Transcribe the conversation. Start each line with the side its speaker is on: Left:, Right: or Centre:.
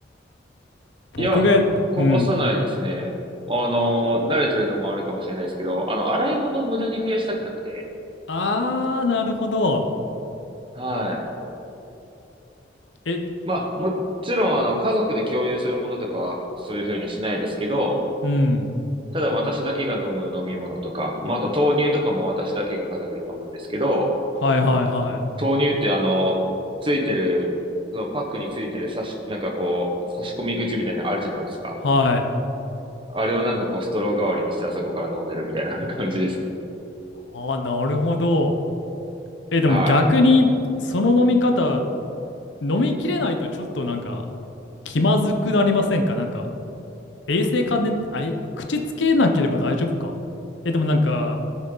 Left: 僕が、
Right: いや、こぼさないですね。
Left: うん。
Right: あの、慣れてるのもあるかもしれないですけど、あの、洗い物を無駄に増やしたくなくて。
Left: あー、なるほど。
Right: はい。
Left: え、
Right: まあ、もちろん、あの、家族で共有するものとかは、そういうふうにはしないですけど、
Left: うん。
Right: ただ私だけが飲む飲み物とか、まあ、あと豆乳とかも私だけが家族で飲むんですけど、
Left: はいはいはい。
Right: 豆乳ってあの、ついてる、そのパックについてる差し、なんかこう、差し込み口みたいなのあるじゃないですか。
Left: はい。
Right: あれをなんかこう、ストロー代わりにしてあそこから飲んでるみたいな感じですね。
Left: ああ、なるほど。え、でも逆に、
Right: はい。
Left: その飲み方、飲みきれないとちょっとなんか、気まずくなりませんかなんか、衛生関連って、あ、え口つけなければ大丈夫かえ、でもなんか、